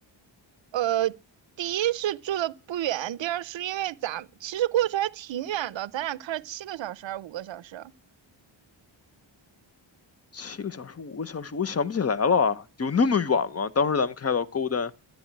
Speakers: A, on the right; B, on the left.
A: 呃，第一是住的不远，第二是因为咱其实过去还挺远的，咱俩开了七个小时还是五个小时？
B: 七个小时、五个小时，我想不起来了，有那么远吗？当时咱们开到 Golden